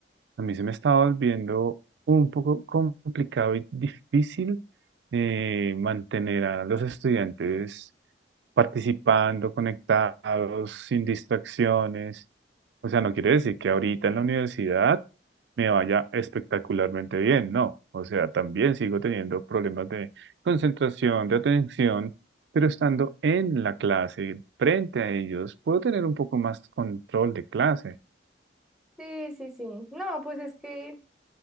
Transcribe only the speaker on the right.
A mí se me estaba volviendo un poco complicado y difícil eh, mantener a los estudiantes participando, conectados, sin distracciones. O sea, no quiere decir que ahorita en la universidad me vaya espectacularmente bien, no. O sea, también sigo teniendo problemas de concentración, de atención, pero estando en la clase, frente a ellos, puedo tener un poco más control de clase.